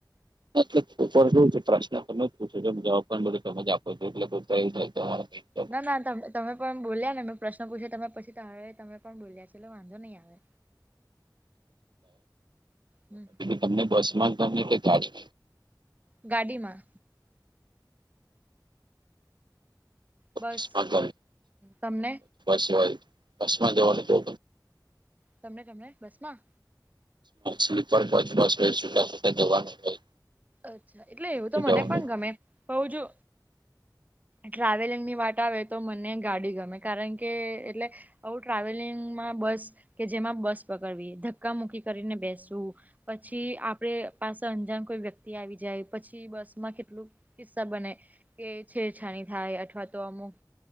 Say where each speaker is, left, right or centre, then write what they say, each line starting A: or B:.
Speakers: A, on the right; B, on the right.
A: <unintelligible> પ્રશ્ન કર પૂછુંમ જવાબ પણ મળ્યો તોજ આપો છો એટલે જાય તમારે
B: ના ના તમે પણ ભૂલ્યા ને મેં પ્રશ્ન પૂછ્યો તમે પછી ત તમે પણ ભૂલ્યા છે એટલે વાંધો નહીં આવે. હમ
A: તમને બસમાનને કે ક <inaudible>
B: ગાડીમાં બસ
A: અસ્માત
B: તમને
A: સવાય અસ્માત જવાનું તો?
B: તમને તમને બસ માં?
A: સ્લીપર બ બસ હો જટા થતા જવાનું હોય.
B: અચ્છા એટલે એવું તો
A: જવાનું
B: મને પણ ગમે હોઉ જો ટ્રાવેલિંગ ની વાત આવે તો મને ગાડી ગમે કારણ કે એટલે આવું ટ્રાવેલિંગમાં બસ કે જેમાં બસ પકડવી ધક્કા મુકી કરીને બેસવું. પછી આપડ પાસે અંજાન કોઈ વ્યક્તિ આવી જાય પછી બસ માં કેટલું કિસ્સા બને. કે છેછાની થાય અથવા તો અમુક